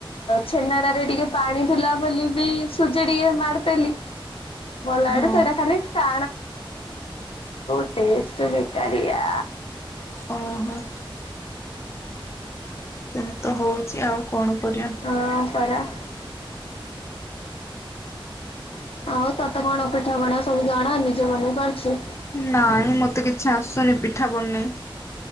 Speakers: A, on the left; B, on the left.
A: ଛେନାଟାରେ ଟିକେ ପାଣି ଥିଲା ବୋଲି ବି ସୁଜି ଟିକେ ମାରିଦେଲି। ଗଲାଆଡୁ
B: ହଁ
A: ସେଇଟା ଖାଲି ଷ୍ଟା <inaudible> ଟେଷ୍ଟ ବେକାରିଆ
B: ଓ ହୋ। ନାଇଁ ତ ହଉଛି ଆଉ କଣ କରିବା?
A: ହଁ ପରା। ଆଉ ତତେ କଣ ପିଠା ପଣା ସବୁ ଜଣା ନିଜେ ବନେଇ ପାରୁଛି?
B: ନାଇଁ ମତେ କିଛି ଆସୁନି ପିଠା ବନେଇ।